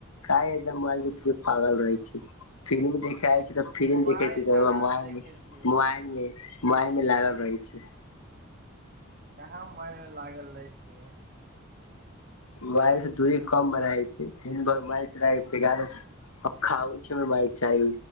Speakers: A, on the left; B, on the right.
A: काहै एकदम मोबाइल के पीछे पागल रहै छी फिल्म देख आएल छी फिल्म
B: मोबाइल
A: देखे छी तऽ
B: कहाँ
A: रऊआ मोबाइल
B: देखे
A: मे
B: छियै
A: मोबाइल मे मोबाइल मे लागल रहै छी
B: कहाँ मोबाइल मे लागल रहै छियै
A: मोबाइल से दूरी कम बनाई छी दिन भर मोबाइल चला बिगारे छी अब खाओ छमय मोबाइल चाही